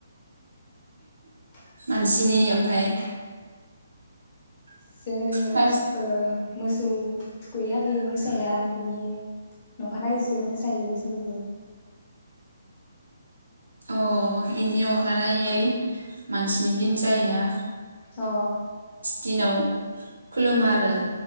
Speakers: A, on the left; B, on the right.
A: <inaudible>
B: मानसिनि ओमफाय
A: जों ओरैनो
B: फार्स्ट
A: ओ मोसौ थुखै खालि मोसाया बिनि न'खा नायैसो मोसायो बैसागुखौ।
B: औ इनि अखानायै मानसिनि दिन जायो ना?
A: अ
B: दिनाव खुलुमो आरो